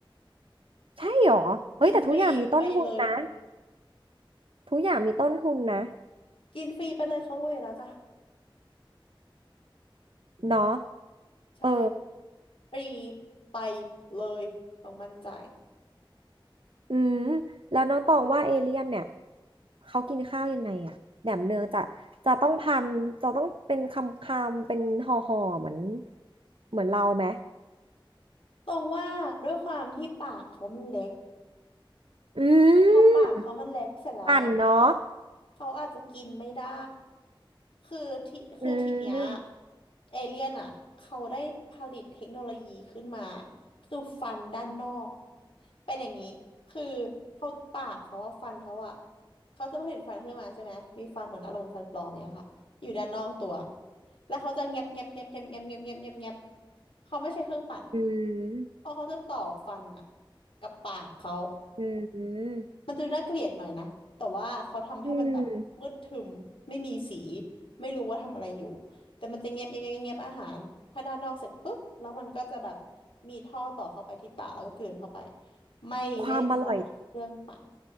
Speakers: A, on the right (about 75°); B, on the left (about 80°).
A: ใช่หรอเฮ้ยแต่ทุกอย่างมีต้นทุนนะ
B: กินฟรีไปเลย
A: ทุกอย่างมีต้นทุนนะ
B: กินฟรีไปเลยเขารวยอยู่แล้วจ้ะ
A: เนาะ
B: ใช่
A: เออ
B: ฟรีไปเลยต้องมั่นใจ
A: อืมแล้วน้องตองว่าเอเลี่ยนเนี่ยเขากินข้าวยังไงอะแบบเนื้อจะจะต้องพันจะต้องเป็นคำคำเป็นห่อห่อเหมือนเหมือนเราไหม
B: ตรงว่าด้วยความที่ปากเขามันเล็ก
A: อื
B: พอปากเขามันเล็กเสร็จแล้วเนี่ยเขา
A: มพันเนาะ
B: เขาอาจจะกินไม่ได้คือที่คือทีเนี้ย
A: อืม
B: เอเลี่ยนอ่ะเขาได้ผลิตเทคโนโลยีขึ้นมาคือฟันด้านนอกเป็นอย่างนี้คือเขาปากเขาอะฟันเขาอะเขาจะผลิตฟันขึ้นมาใช่ไหมมีฟันเหมือนอารมณ์ฟันปลอมอย่างเงี้ยค่ะอยู่ด้านนอกตัวแล้วเขาจะเงียบเงียบเงียบเงียบเงียบเงียบเงียบเงียบเงียบเขาไม่ใช้เครื่องปั่น
A: อืม
B: เพราะเขาจะต่อฟันอะกับปากเขา
A: อืม
B: มันดูน่าเกลียดหน่อยนะแต่ว่าเขาทำให้มันแบบมืดทึมไม่มีสี
A: อืม
B: ไม่รู้ว่าทำอะไรอยู่ แต่มันจะเงียบเงียบเงียบเงียบอาหารข้างด้านนอกเสร็จปุ๊บแล้วมันก็จะแบบมีท่อต่อเข้าไปที่ปากแล้วก็กลืนเข้าไปไม่ได้ใช้เครื่องปั่น
A: ความอร่อย